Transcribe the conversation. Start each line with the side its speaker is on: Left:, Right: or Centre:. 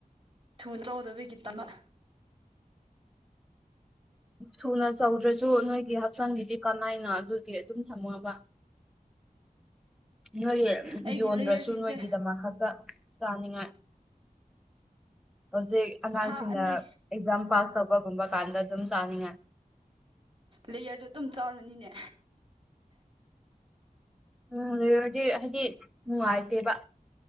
Right: ꯊꯨ ꯆꯥꯎꯗꯕꯒꯤꯗꯃꯛ
Centre: ꯊꯨꯅ ꯆꯧꯗ꯭ꯔꯁꯨ ꯅꯣꯏꯒꯤ ꯍꯛꯆꯥꯡꯒꯤꯗꯤ ꯀꯃꯥꯏꯅ ꯑꯗꯨꯗꯤ ꯑꯗꯨꯝ ꯊꯝꯃꯣꯕ ꯅꯣꯏ
Right: ꯑꯩꯒꯤ
Centre: ꯌꯣꯟꯗ꯭ꯔꯁꯨ
Right: ꯂꯦꯌꯔꯁꯤꯡꯁꯦ
Centre: ꯅꯣꯏꯒꯤꯗꯃꯛ ꯈꯛꯇ ꯆꯥꯅꯤꯡꯉꯥꯏ ꯍꯧꯖꯤꯛ ꯑꯉꯥꯡꯁꯤꯡꯅ
Right: ꯊꯥ ꯑꯅꯤ
Centre: ꯑꯦꯛꯖꯥꯝ ꯄꯥꯁ ꯇꯧꯕꯒꯨꯝꯕ ꯀꯥꯟꯗ ꯑꯗꯨꯝ ꯆꯥꯅꯤꯡꯉꯥꯏ
Right: ꯂꯦꯌꯔꯗꯣ ꯑꯗꯨꯝ ꯆꯥꯔꯅꯤꯅꯦ
Centre: ꯎꯝ ꯂꯩꯔꯨꯔꯗꯤ ꯍꯥꯏꯗꯤ ꯅꯨꯡꯉꯥꯏꯇꯦꯕ